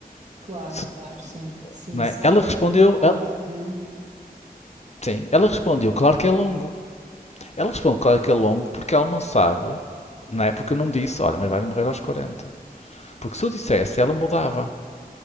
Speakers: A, on the right (about 50°); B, on the left (about 45°).
A: Claro,
B: Se-
A: claro, sim, sim.
B: não
A: Se
B: é?
A: houver
B: Ela respondeu,
A: tipo um mote
B: el-
A: de.
B: sim, ela respondeu, claro que é longo. Ela respondeu, claro que é longo, porque ela não sabe, não é? Porque eu não disse, olha, mas vais morrer aos 40. Porque se eu dissesse, ela mudava